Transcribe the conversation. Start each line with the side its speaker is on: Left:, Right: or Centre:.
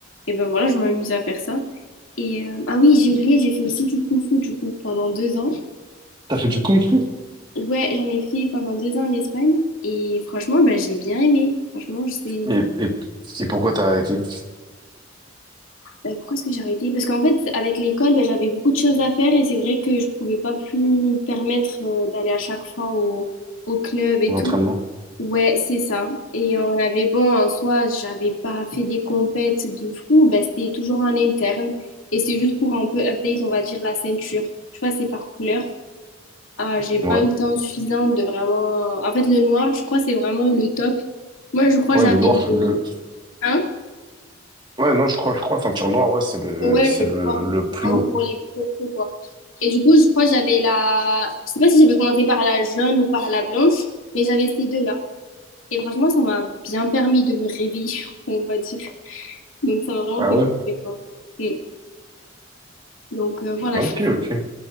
Left: Et ben voilà, je m'amuse à faire ça. Et euh, ah oui, j'ai oublié, j'ai fait aussi du kung-fu du coup pendant deux ans.
Right: T'as fait du kung fu?
Left: Ouais, j'en ai fait pendant deux ans en Espagne et franchement, bah, j'ai bien aimé. Franchement, je sais
Right: Et, et, et pourquoi t'as arrêté
Left: bah, pourquoi est-ce que j'ai arrêté? Parce qu'en fait, avec l'école, bah, j'avais beaucoup de choses à faire et c'est vrai que je pouvais pas plus me permettre euh, d'aller à chaque fois au, au club et
Right: l'entraînement?
Left: tout. Ouais, c'est ça. Et on avait bon en soi, j'avais pas fait des compètes de fou, bah, c'était toujours en interne et c'est juste pour un peu update, on va dire la ceinture. Tu vois, c'est par couleur. Ah, j'ai pas
Right: Ouais.
Left: eu le temps suffisant de vraiment. En fait, le noir, je crois, c'est vraiment le top. Moi, je crois,
Right: Ouais,
Left: j'avais
Right: le noir,
Left: le.
Right: le,
Left: Hein?
Right: Ouais, non, je crois, je crois, ceinture noire, ouais, c'est le,
Left: Ouais,
Right: c'est
Left: je
Right: le,
Left: crois.
Right: le
Left: C'est
Right: plus
Left: Vraiment
Right: haut.
Left: pour les propos, quoi. Et du coup, je crois, j'avais la. Je sais pas si j'avais commencé par la jaune ou par la blanche, mais j'avais ces deux-là. Et franchement, ça m'a bien permis de me réveiller, <laughs> on va dire. Donc, ça m'a vraiment
Right: Ah
Left: fait
Right: ouais?
Left: kiffer, quoi. Mm. Donc, euh, voilà,
Right: Ok,
Left: c'est
Right: ok.